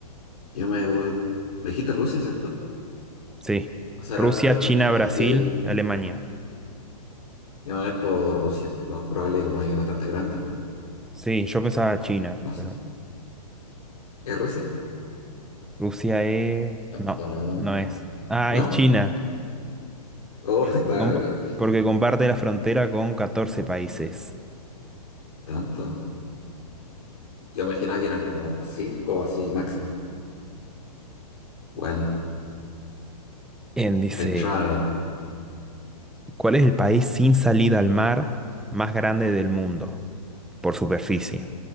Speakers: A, on the left; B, in the centre.
A: yo me voy. Me dijiste Rusia, ¿cierto?
B: Sí.
A: O sea, era,
B: Rusia,
A: era-
B: China,
A: ay,
B: Brasil,
A: yo,
B: Alemania.
A: yo me voy por Rusia. Lo más probable, como es bastante grande,
B: Sí, yo pensaba China,
A: no sé.
B: pero
A: ¿Es Rusia?
B: Rusia es...
A: ¿O
B: No,
A: o no?
B: no es. Ah,
A: No,
B: es China.
A: oh,
B: que
A: <laughs>
B: se
A: está
B: compa-
A: bien.
B: Porque comparte la frontera con 14 países.
A: Tanto. Yo imaginaba que eran como cinco así máximo. Bueno.
B: En dice,
A: I tried.
B: ¿cuál es el país sin salida al mar más grande del mundo por superficie?